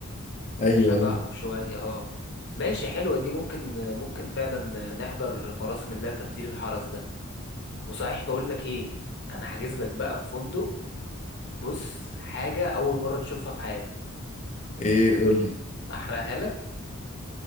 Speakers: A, on the left (about 35°); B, on the left (about 55°).
A: ايوه
B: شبههم
A: ايوه
B: شوية اه ماشي حلوة دي ممكن ممكن فعلا نحضر مراسم الله تبديل الحرس ده وصحيح بقول لك ايه انا حاجز لك بقى في فندق بص حاجة أول مرة تشوفها في حياتك
A: ايه قول لي
B: أحرقها لك